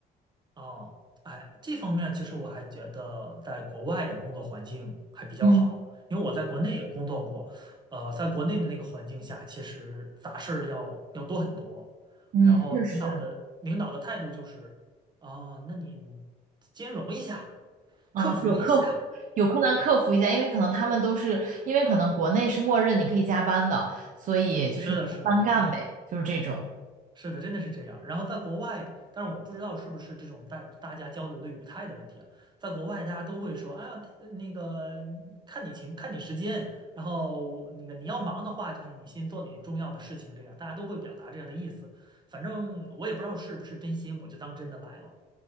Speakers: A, on the right (about 25°); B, on the right (about 50°).
A: 哦，哎，这方面其实我还觉得在国外的工作环境还比较好，
B: 嗯
A: 因为我在国内也工作过，呃，在国内的那个环境下，其实杂事儿要要多很多，
B: 嗯，
A: 然后领导的领导的态度就是，
B: 嗯，确实。
A: 啊，那你兼容一下，
B: 啊，
A: 克服一下，
B: 有克服有困难克服一下，因为可能他们都是，因为可能国内是默认你可以加班的，所以就是你加班干呗，
A: 是的，是的，是的，
B: 就是这种。
A: 是的，真的是这样。然后在国外，但是我不知道是不是这种大大家交流的语态的问题啊。在国外，大家都会说，哎呀，他那个看你情，看你时间，然后那个你要忙的话，就是你先做你重要的事情，这样大家都会表达这样的意思。反正我也不知道是不是真心，我就当真的来了